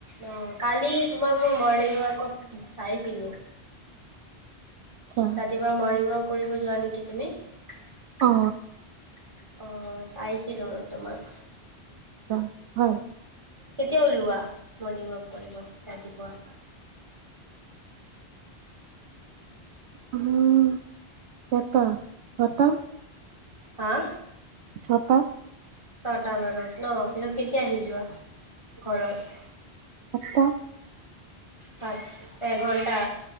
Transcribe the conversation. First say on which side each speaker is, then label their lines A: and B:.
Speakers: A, on the right; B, on the right.
A: অ', কালি তোমাক মই মৰ্নিংত কত চাইছিলোঁ,
B: আচ্ছা
A: ৰাতিপুৱা মৰ্ণিং ৱাক কৰিব যোৱা নেকি তুমি? আহ
B: অ
A: চাইছিলো ন', তোমাক
B: অ', হয়',
A: কেতিয়া ওলোৱা মৰ্ণিং ৱাক কৰিব ৰাতিপুৱা?
B: উম', এটা ছটা,
A: হা',
B: ছটা।
A: ছটা মানত ন', পিছত কেতিয়া আহি যোৱা ঘৰত?
B: আঠটা,
A: হয় এঘণ্টা,